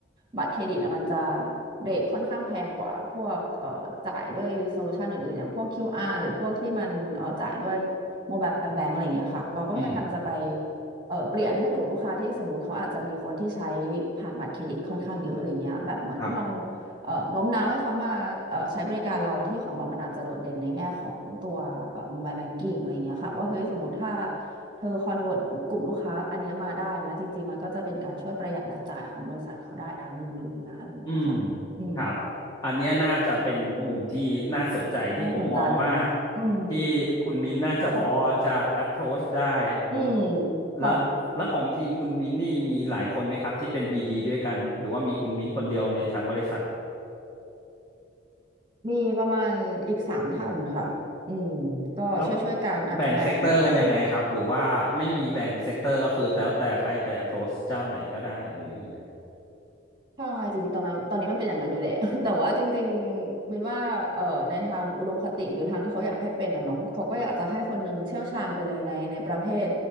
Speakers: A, on the right; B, on the left.
A: บัตรเครดิตอะมันจะเรทค่อนข้างแพงกว่าพวกเอ่อจ่ายด้วยโซลูชันอื่นๆอย่างพวก QR หรือพวกที่มันเอ่อจ่ายด้วยโมบายแบงก์อะไรอย่างเงี้ยค่ะเราก็พยายามจะไป
B: อืม
A: เออเปลี่ยนให้กลุ่มลูกค้าที่สมมติเขาอาจจะมีคนที่ใช้ผ่านบัตรเครดิตค่อนข้างเยอะอะไรเงี้ยแบบเหมือนลอง
B: ครับ
A: เอ่อโน้มน้าวให้เขามาเอ่อใช้บริการเราที่ของเรามันอาจจะโดดเด่นในแง่ของตัวเอ่อ mobile banking อะไรอย่างเงี้ยค่ะว่าเฮ้ยสมมติถ้าเธอคอนเวิร์ตกลุ่มลูกค้าอันเนี้ยมาได้นะจริงๆมันก็จะเป็นการช่วยประหยัดรายจ่ายของบริษัทเขาได้ทางหนึ่งเลยนะอะไรอย่างเงี้ยค่ะอืม
B: อืมครับอันเนี้ยน่าจะเป็นมุมที่น่าสนใจที่ผมมองว่า
A: น่าสนใจเนาะอืม
B: ที่คุณมิ้นน่าจะพอจะ approach ได้เนาะ
A: อืม
B: แล้วแล้วของทีมคุณมิ้นนี่มีหลายคนไหมครับที่เป็น
A: ค่ะ
B: BD ดด้วยกันหรือว่ามีคุณมิ้นคนเดียวในทางบริษัท
A: มีประมาณอีกสามท่านค่ะอืมก็ช่วยๆกันอาจจะแบ่งเอ่อ
B: แล้วแบ่งเซกเตอร์กันยังไงครับหรือว่าไม่มีแบ่งเซกเตอร์ก็คือแล้วแต่ใครไป approach เจ้าไหนก็ได้หรือยังไงครับ
A: ใช่จริงๆตอนนั้นตอนนี้มันเป็นอย่างนั้นอยู่แหละ <laughs> แต่ว่าจริงๆมินว่าเอ่อในทางอุดมคติหรือทางที่เขาอยากให้เป็นอะเนาะเขาก็อยากจะให้คนหนึงเชี่ยวชาญไปเลยในในประเภท